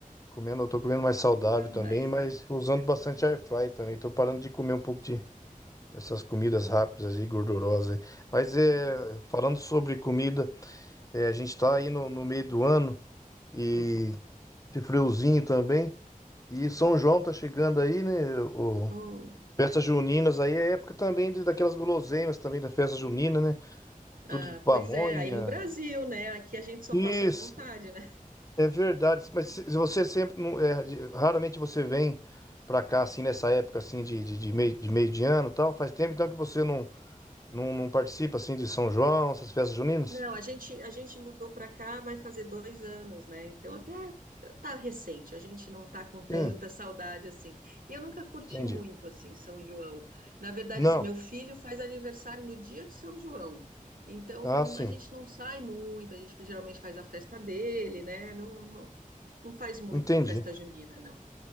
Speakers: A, on the left (about 25°); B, on the right (about 80°).
A: Comendo, eu tô comendo mais saudável
B: Não dá
A: também,
B: mais,
A: mas
B: né?
A: tô usando bastante air fry também. Tô parando de comer um pouco de dessas comidas rápidas e gordurosas. aí. Mas é, falando sobre comida, é, a gente tá aí no no meio do ano. e
B: Uhum.
A: esse friozinho também. E São João tá chegando aí, né? O...
B: Hum.
A: Festas juninas aí é época também de, daquelas guloseimas também da festa junina, né? Tudo
B: Ah,
A: de pamonha.
B: pois é, aí no Brasil, né? Aqui a gente só
A: Isso,
B: passa vontade, né?
A: é verdade. Mas se se você sempre não- é, de- raramente você vem pra cá assim nessa época assim de, de, de meio, de meio de ano, e tal. Faz tempo então que você não, não, não participa assim de São João, essas festas juninas?
B: Não, a gente, a gente mudou para cá, vai fazer dois anos, né? Então, até tá recente, a gente não tá com tanta
A: Sim,
B: saudade assim. E eu nunca curti
A: entendi.
B: muito, assim, São João. Na verdade,
A: Não.
B: assim, meu filho faz aniversário no dia de São João. Então,
A: Ah, sim.
B: a gente não sai muito, a gente geralmente faz a festa dele, né? Não, não, não faz muito
A: Entendi.
B: festa junina, não.